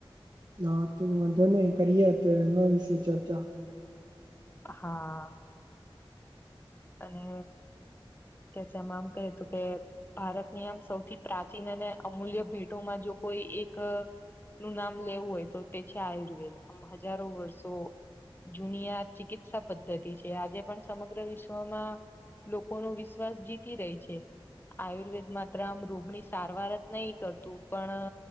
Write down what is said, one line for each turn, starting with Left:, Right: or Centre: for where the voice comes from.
Right: હા તો વાંધો નઈ કરીએ તો એના વિશે ચર્ચા
Left: હા. અને તેચમાંમ કહ્યું તું કે ભારતની આમ સૌથી પ્રાચીન અને અમૂલ્ય ભેટોમાં જો કોઈ એક અ નું નામ લેવું હોય તો તે છે આયુર્વેદ આમ હજારો વર્ષો જુનિયા ચિકિત્સા પદ્ધતિ છે આજે પણ સમગ્ર વિશ્વ લોકો નો વિશ્વાસ જીતી રહી છે આયુર્વેદ માત્ર આમ રોગની સારવાર જ નહીં કરતું પણ